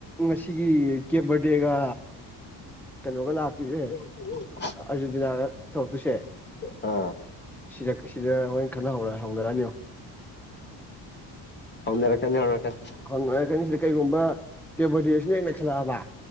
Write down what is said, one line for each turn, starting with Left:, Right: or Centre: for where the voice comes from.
Centre: ꯉꯁꯤꯒꯤ ꯀꯦꯞ ꯕꯔꯗꯦꯒ ꯀꯩꯅꯣꯒꯥ ꯂꯥꯛꯇꯣꯏꯖꯦ ꯑꯦ
Left: <unintelligible>
Centre: ꯑꯥꯔꯖꯦꯟꯇꯤꯅꯥꯒ ꯇꯧꯔꯛꯇꯣꯏꯁꯦ
Left: ꯑꯥ
Centre: ꯁꯤꯗ ꯁꯤꯗ ꯍꯣꯔꯦꯟ ꯈꯠꯅ ꯍꯧꯔ ꯍꯧꯅꯔꯛꯑꯅꯤ ꯌꯦꯡꯉꯣ
Left: ꯍꯧꯅꯔꯛꯀꯅꯤ ꯍꯧꯅꯔꯛꯀꯅꯤ
Centre: ꯍꯧꯅꯔꯛꯀꯅꯤ ꯁꯤꯗ ꯀꯩꯒꯨꯝꯕ ꯀꯦꯕꯣꯔ ꯗꯦ ꯑꯁꯤꯅ ꯍꯦꯛ ꯅꯩꯈꯠꯂꯛꯑꯕ